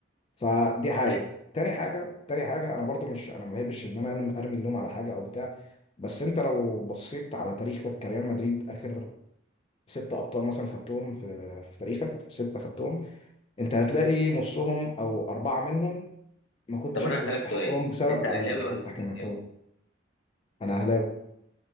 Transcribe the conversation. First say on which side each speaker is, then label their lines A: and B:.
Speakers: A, on the left (about 30°); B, on the left (about 75°).
A: فدي حاجه
B: هي.
A: تاني حاجه تاني حاجه انا برضو مش انا ما بحبش ان انا ألم- ارمي اللوم على حاجه او بتاع بس انت لو بصيت على تاريخك كريال مدريد اخر ست ابطال مثلا خدتهم في في تاريخك آخر ستة خدتهم انت هتلاقي نصهم او اربعة منهم ما كنتش
B: طب انا
A: انت اللي
B: هسالك
A: تستحقهم
B: سؤال
A: بسبب
B: انت اهلاوي
A: آه، حاجات
B: ولا زملكاوي؟
A: تحكيمية أوه، انا اهلاوي